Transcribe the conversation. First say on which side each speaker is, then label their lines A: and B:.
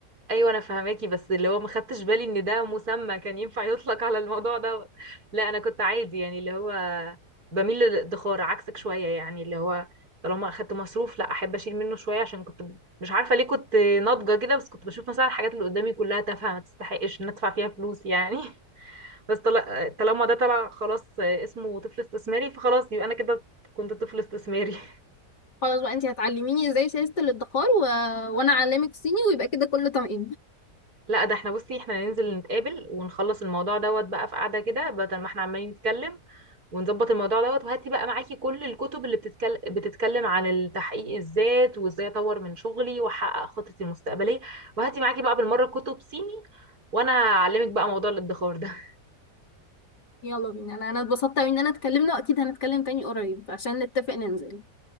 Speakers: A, on the right; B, on the left.
A: ايوه انا فهماكي بس اللي هو ما خدتش بالي ان ده مسمى كان ينفع يطلق على الموضوع دوت لا انا كنت عادي يعني اللي هو بميل للادخار عكسك شويه يعني اللي هو طالما اخدت مصروف لا احب اشيل منه شويه عشان كنت مش عارفه ليه كنت ناضجه كده بس كنت بشوف مثلا الحاجات اللي قدامي كلها تافهه ما تستحقش ان ادفع فيها فلوس يعني <laughs> بس طل- طالما ده طلع خلاص اسمه طفل استثماري فخلاص يبقى انا كده كنت طفل استثماري <laughs>
B: خلاص بقى انتي هتعلميني ازاي شايزة الادخار و... وانا اعلمك صيني ويبقى كده كله تمام
A: لا ده احنا بصي احنا ننزل نتقابل ونخلص الموضوع دوت بقى في قعده كده بدل ما احنا عمالين نتكلم ونظبط الموضوع دوت وهاتي بقى معاكي كل الكتب اللي بتتكلم بتتكلم عن التحقيق الذات وازاي اطور من شغلي واحقق خطتي المستقبليه وهاتي معاكي بقى بالمره كتب صيني وانا هعلمك بقى موضوع الادخار ده <laughs>
B: <laughs> يلا بينا انا انا اتبسطت اوي ان انا اتكلمنا واكيد هنتكلم تاني قريب عشان نتفق ننزل